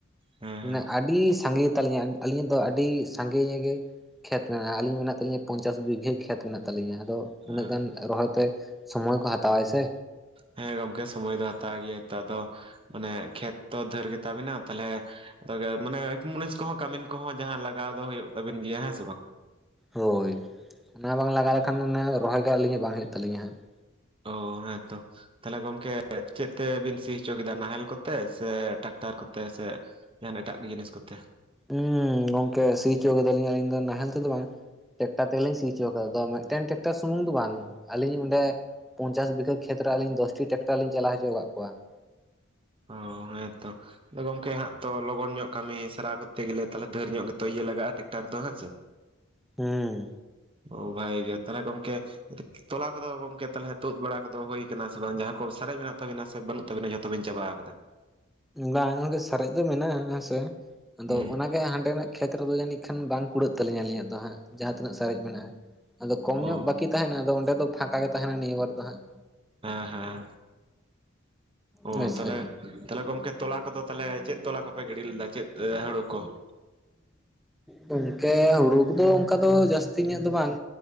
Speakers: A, on the right (about 25°); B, in the centre.
A: ᱦᱮᱸ
B: ᱢᱟᱱᱮ
A: ᱦᱮᱸ
B: ᱟᱹᱰᱤ ᱥᱟᱸᱜᱮ ᱜᱮᱛᱟᱞᱤᱧᱟ᱾ ᱟᱹᱞᱤᱧᱟᱜ ᱫᱚ ᱟᱵᱤ ᱥᱟᱸᱜᱮ ᱧᱚᱜ ᱜᱮ ᱠᱷᱮᱛ ᱢᱮᱱᱟᱜᱼᱟ ᱟᱹᱞᱤᱧ ᱢᱮᱱᱟᱜ ᱛᱟᱹᱞᱤᱧᱟ ᱯᱚᱧᱪᱟᱥ ᱵᱤᱜᱷᱟᱹ ᱠᱷᱮᱛ ᱢᱮᱱᱟᱜ ᱛᱟᱹᱞᱤᱧᱟ ᱟᱫᱚ᱾
A: ᱦᱮᱸ
B: ᱩᱱᱟᱹᱜ ᱜᱟᱱ ᱨᱚᱦᱚᱭᱛᱮ ᱥᱚᱢᱚᱭ ᱠᱚ ᱦᱟᱛᱟᱣᱟᱭ ᱥᱮ?
A: ᱦᱮᱸ ᱜᱚᱢᱠᱮ ᱥᱚᱢᱚᱭ ᱫᱚ ᱦᱟᱛᱟᱣ ᱜᱮᱭᱟ ᱟᱫᱚ ᱢᱟᱱᱮ ᱠᱷᱮᱛ ᱛᱚ ᱰᱷᱮᱨ ᱜᱮᱛᱟᱵᱤᱱᱟ ᱛᱟᱞᱦᱮ ᱟᱫᱚ ᱢᱟᱱᱮ ᱮᱠ ᱢᱩᱱᱤᱥ ᱠᱚᱦᱚᱸ ᱠᱟᱹᱢᱤᱱ ᱠᱚᱦᱚᱸ ᱡᱟᱦᱟᱸ ᱞᱟᱜᱟᱣ ᱫᱚ ᱦᱳᱭᱳᱜ ᱛᱟᱵᱤᱱ ᱜᱮᱭᱟ ᱦᱮᱸ ᱥᱮ ᱵᱟᱝ?
B: ᱦᱳᱭ ᱚᱱᱟ ᱵᱟᱝ ᱞᱟᱜᱟᱣ ᱞᱮᱠᱷᱟᱱ ᱚᱱᱟ ᱨᱚᱦᱚᱭ ᱜᱮ ᱟᱹᱞᱤᱧᱟᱜ ᱵᱟᱝ ᱦᱳᱭᱳᱜ ᱛᱟᱹᱞᱤᱧᱟ ᱦᱟᱸᱜ ᱾
A: ᱳ ᱦᱮᱸᱛᱚ᱾ ᱛᱟᱦᱚᱞᱮ ᱜᱚᱢᱠᱮ ᱪᱮᱫ ᱛᱮᱵᱤᱱ ᱥᱤ ᱦᱚᱪᱚ ᱠᱮᱫᱟ ᱱᱟᱦᱮᱞ ᱠᱚᱛᱮ ᱥᱮ ᱴᱟᱠᱴᱟᱨ ᱠᱚᱛᱮ ᱥᱮ ᱡᱟᱦᱟᱱ ᱮᱴᱟᱜ ᱡᱤᱱᱤᱥ ᱠᱚᱛᱮ?
B: ᱦᱩᱸ ᱜᱚᱝᱠᱮ ᱥᱤ ᱦᱚᱪᱚ ᱠᱮᱫᱟᱞᱤᱧ ᱟᱹᱞᱤᱧ ᱫᱚ ᱱᱟᱦᱮᱞ ᱛᱮᱫᱚ ᱵᱟᱝ᱾ ᱴᱮᱠᱴᱟᱨ ᱛᱮᱜᱮᱞᱤᱧ ᱥᱤ ᱦᱚᱪᱚ ᱠᱟᱫᱟ ᱟᱫᱚ ᱢᱤᱫᱴᱟᱝ ᱴᱮᱠᱴᱟᱨ ᱥᱩᱢᱩᱝ ᱫᱚ ᱵᱟᱝ ᱟᱹᱞᱤᱧ ᱚᱸᱰᱮ ᱯᱚᱧᱪᱟᱥ ᱵᱤᱜᱷᱟᱹ ᱠᱷᱮᱛ ᱨᱮ ᱟᱞᱤᱧ ᱫᱚᱥᱴᱤ ᱴᱮᱠᱴᱟᱨ ᱞᱤᱧ ᱪᱟᱞᱟᱣᱪᱚ ᱠᱟᱜ ᱠᱚᱣᱟ ᱾
A: ᱚᱻ ᱦᱮᱸᱛᱚ᱾ ᱟᱫᱚ ᱜᱚᱝᱠᱮ ᱦᱟᱸᱜ ᱛᱚ ᱞᱚᱜᱚᱱ ᱧᱚᱜ ᱠᱟᱹᱢᱤ ᱥᱟᱨᱟᱣ ᱠᱚᱨᱛᱮ ᱜᱮᱞᱮ ᱛᱟᱞᱦᱮ ᱰᱷᱮᱨ ᱧᱚᱜ ᱜᱮᱛᱚ ᱤᱭᱟᱹ ᱞᱟᱜᱟᱜᱼᱟ ᱴᱮᱠᱴᱟᱨ ᱫᱚ ᱦᱮᱸᱥᱮ? <unintelligible>
B: ᱦᱩᱸ᱾
A: ᱳᱻ ᱵᱷᱟᱜᱮᱜᱮ ᱛᱟᱦᱚᱞᱮ ᱠᱚᱢᱠᱮ ᱛᱚᱞᱟ ᱠᱚᱫᱚ ᱜᱚᱢᱠᱮ ᱛᱟᱦᱚᱞᱮ ᱛᱩᱫ ᱵᱟᱲᱟ ᱠᱚᱫᱚ ᱦᱩᱭ ᱠᱟᱱᱟ ᱥᱮ ᱵᱟᱝ ᱡᱟᱦᱟᱸ ᱠᱚ ᱥᱟᱨᱮᱡ ᱢᱮᱱᱟᱜ ᱛᱟᱹᱵᱤᱱᱟ ᱥᱮ ᱵᱟᱹᱱᱩᱜ ᱛᱟᱹᱵᱤᱱᱟ ᱡᱚᱛᱚᱵᱤᱱ ᱪᱟᱵᱟ ᱠᱟᱫᱟ᱾
B: ᱵᱟᱝ ᱜᱚᱝᱠᱮ ᱥᱟᱨᱮᱡ ᱫᱚ ᱢᱮᱱᱟᱜᱼᱟ ᱦᱮᱸᱥᱮ ᱟᱫᱚ
A: ᱦᱩᱸ
B: ᱚᱱᱟ ᱜᱮ ᱦᱟᱸᱰᱮᱱᱟᱜ ᱠᱷᱮᱛ ᱨᱮᱫᱚ ᱡᱟᱹᱱᱤᱡ ᱠᱷᱟᱱ ᱵᱟᱝ ᱠᱩᱲᱟᱹᱜ ᱛᱟᱹᱞᱤᱧᱟᱹ ᱟᱹᱞᱤᱧᱟᱜ ᱫᱚ ᱦᱟᱸᱜ᱾ ᱡᱟᱦᱟᱸ ᱛᱤᱱᱟᱹᱜ ᱥᱟᱨᱮᱡ ᱢᱮᱱᱟᱜᱼᱟ᱾ ᱟᱫᱚ ᱠᱚᱢ
A: ᱚ
B: ᱧᱚᱜ ᱵᱟᱹᱠᱤ ᱛᱟᱦᱮᱱᱟ ᱟᱫᱚ ᱚᱸᱰᱮ ᱫᱚ ᱯᱷᱟᱸᱠᱟ ᱜᱮ ᱛᱟᱦᱮᱱᱟ ᱱᱤᱭᱟᱹ ᱵᱟᱨ ᱫᱚ ᱦᱟᱸᱜ᱾
A: ᱦᱮᱸ ᱦᱮᱸ᱾ ᱚ
B: ᱦᱳᱭᱥᱮ
A: ᱛᱟᱞᱦᱮ ᱛᱟᱦᱚᱞᱮ ᱜᱚᱢᱠᱮ ᱛᱚᱞᱟ ᱠᱚᱫᱚ ᱛᱟᱦᱚᱞᱮ ᱪᱮᱫ ᱛᱚᱞᱟ ᱠᱚᱯᱮ ᱜᱤᱰᱤ ᱞᱮᱫᱟ ᱪᱮᱫ ᱦᱩᱲᱩ ᱠᱚ? <inaudible>
B: ᱜᱚᱝᱠᱮ ᱦᱩᱲᱩ ᱠᱚᱫᱚ ᱚᱝᱠᱟ ᱫᱚ ᱡᱟᱹᱥᱛᱤ ᱧᱚᱜ ᱫᱚ ᱵᱟᱝ᱾